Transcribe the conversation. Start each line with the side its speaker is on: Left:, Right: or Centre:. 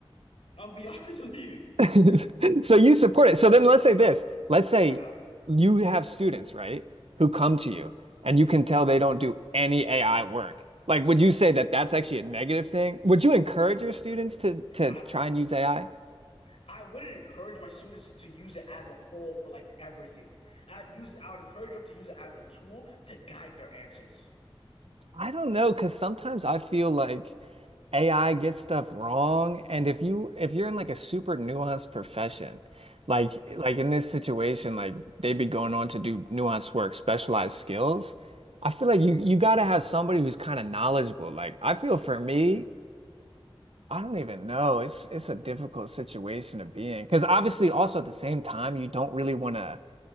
Left: I'll be <laughs> honest with you.
Right: <laughs> So you support it. So then let's say this. Let's say
Left: Uh,
Right: you have students, right, who come
Left: mhm,
Right: to you and you can
Left: mhm.
Right: tell they don't do any AI work. Like, would you say that that's actually a negative thing? Would you encourage your students to to
Left: I
Right: try and use AI?
Left: I wouldn't encourage my students to use it as a whole for like everything. I'd use I would encourage them to use it as a tool to guide their answers.
Right: I don't know, because sometimes I feel like AI gets stuff wrong, and if you if you're in like a super nuanced profession, like
Left: Mhm,
Right: like in this situation, like they'd be going on to do nuanced work, specialized skills. I feel
Left: mhm,
Right: like you you got to have somebody who's kind of knowledgeable. Like I feel for me, I don't even know. It's it's a difficult situation to be in because obviously also at the same time you don't really want to,